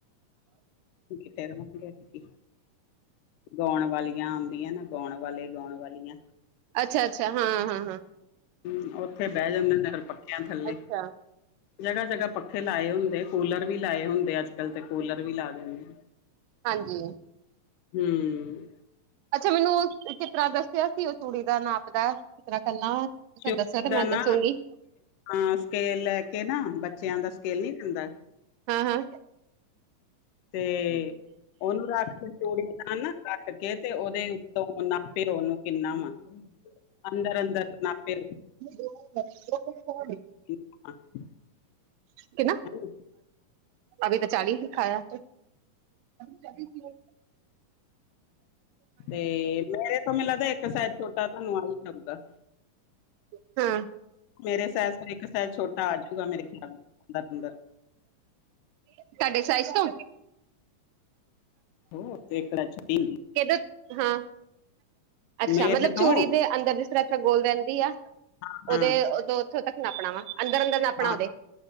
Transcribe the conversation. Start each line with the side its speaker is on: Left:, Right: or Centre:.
Left: ਕਿਉਂਕਿ ਤੇਰੇ ਮ ਨਾ ਅਟਕੀ ਗਾਉਣ ਵਾਲੀਆਂ ਆਂਦੀਆਂ ਨਾ ਗਾਉਣ ਵਾਲੇ ਗਾਉਣ ਵਾਲੀਆਂ।
Right: ਅੱਛਾ- ਅੱਛਾ ਹਾਂ- ਹਾਂ -ਹਾਂ।
Left: ਹਮ ਉੱਥੇ ਬਹਿ ਜਾਂਦੇ ਹੁੰਦੇ ਪੱਕਿਆ ਥੱਲੇ।
Right: ਅੱਛਾ
Left: ਜਗ੍ਹਾ- ਜਗ੍ਹਾ ਪੱਖੇ ਲਾਏ ਹੁੰਦੇ ਕੂਲਰ ਵੀ ਲਾਏ ਹੁੰਦੇ ਅੱਜ -ਕੱਲ ਤੇ ਕੂਲਰ ਵੀ ਲਾ ਦਿੰਦੇ।
Right: ਹਾਂਜੀ।
Left: ਹਮ।
Right: ਅੱਛਾ ਮੈਨੂੰ ਉਹ ਕਿਸ ਤਰ੍ਹਾਂ ਦੱਸਿਆ ਸੀ ਉਹ ਚੂੜੀ ਦਾ ਨਾਪ ਦਾ ਕਿਸ ਤਰ੍ਹਾਂ ਕਰਨਾ ਵ। ਤੁਸੀ
Left: ਚੋਟੀ
Right: ਦੱਸਿਆ ਤੇ
Left: ਦਾ
Right: ਮੈਂ
Left: ਨਾ
Right: ਦੱਸੂੰਗੀ।
Left: ਹਾਂ ਸਕੇਲ ਲੈ ਕੇ ਨਾ ਬੱਚਿਆਂ ਦਾ ਸਕੇਲ ਨੀ ਹੁੰਦਾ।
Right: ਹਾਂ- ਹਾਂ।
Left: ਤੇ ਉਹਨੂੰ ਰੱਖ ਕੇ ਚੂੜੀ ਨਾਲ ਰੱਖ ਕੇ ਤੇ ਉਹਦੇ। ਨੂੰ ਨਾਪੇ ਓਹਨੂੰ ਕਿੰਨਾ ਵਾ ਅੰਦਰ- ਅੰਦਰ ਨਾਪੇ।
Right: ਦੋ ਕ ਦੋ ਕੁਹਾੜੀ
Left: ਚੁਪ ਕਰ
Right: ਕਿਨਾ
Left: ਹ।
Right: ਅਭੀ ਤਾਂ ਚਾਲੀ ਸਿਖਾਇਆ ਜਹਾਂ ਪਰ ਚਵੀ ਕਰੋੜ
Left: ਤੇ ਮੇਰੇ ਤੋਂ ਮੈਨੂੰ ਲੱਗਦਾ ਇੱਕ ਸਾਈਜ਼ ਛੋਟਾ ਤੁਹਾਨੂੰ ਆਈ ਆਂਦਾ।
Right: ਤੁਹਾਡੇ
Left: ਮੇਰੇ ਸੈਰ ਇੱਕ ਸੈਰ ਛੋਟਾ ਆਜੂਗਾ ਮੇਰੇ ਖਿਆਲ ਅੰਦਰ ਅੰਦਰ।
Right: ਤਾਡੇ ਸਾਈਜ਼ ਤੋਂ।
Left: ਹੋ ਤੇ ਕੜਚ ਪੀ।
Right: ਕਿਦੇ, ਹਾਂ ਅੱਛਾ
Left: ਮੇਰੇ
Right: ਮਤਲਬ
Left: ਤੋਂ
Right: ਚੂੜੀ ਦੇ ਅੰਦਰ ਜਿਸ ਤਰ੍ਹਾਂ ਤਰਾਂ ਗੋਲ ਰਹਿੰਦੀ ਆ।
Left: ਹਾਂ
Right: ਉਹਦੇ ਉਦੋਂ ਉੱਥੋਂ ਤੱਕ ਨਾਪਣਾ ਵਾ ਅੰਦਰ ਅੰਦਰ ਨਾਪਣਾ
Left: ਹਾਂ
Right: ਉਹਦੇ।